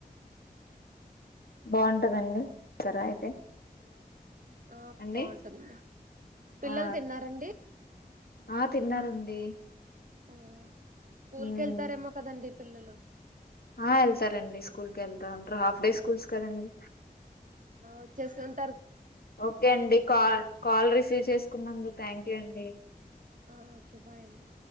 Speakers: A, on the left; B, on the right.
A: బాగుంటందండిస్తారా
B: ఏంటండి
A: అయితే
B: ఆ
A: అండి
B: బాగుంటుందండి పిల్లలు
A: ఆ
B: తిన్నారండి
A: ఆ తిన్నారండి
B: ఆ స్కూల్
A: మ్మ్
B: కి వెళ్తారేమో కదండి పిల్లలు
A: ఆ వెళ్తారండి స్కూల్ కి ఎల్తా ఉంటారు హాఫ్ డే స్కూల్స్ కదండి
B: వచ్చేసున్
A: ఓకే అండి కా కాల్ రిసీవ్ చేసుకున్నాందుకు థ్యాంక్ యూ అండి
B: ఆ ఓకే బాయ్ అండి